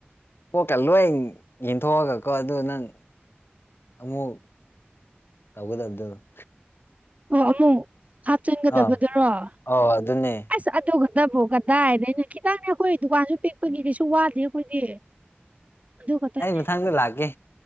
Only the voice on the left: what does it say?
ꯄꯣꯛꯠꯀ ꯂꯣꯏ ꯌꯦꯟꯊꯣꯛꯑꯒꯀꯣ ꯑꯗꯨ ꯅꯪ ꯑꯃꯨꯛ ꯇꯧꯒꯗꯗꯣ
ꯑꯥ ꯑꯧ ꯑꯗꯨꯅꯦ
ꯑꯦ ꯃꯊꯪꯗ ꯂꯥꯒꯦ